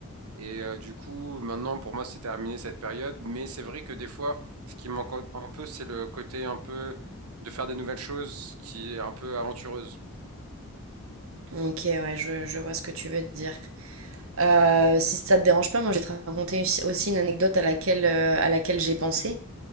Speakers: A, on the right; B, on the right.
A: Et euh, du coup, maintenant, pour moi, c'est terminé cette période. Mais c'est vrai que des fois, ce qui manque un un peu, c'est le côté un peu de faire des nouvelles choses qui est un peu aventureuse.
B: Ok, ouais, je, je vois ce que tu veux dire. Euh, si ça te dérange pas, moi je vais te raconter aussi aussi une anecdote à laquelle, euh, à laquelle j'ai pensé.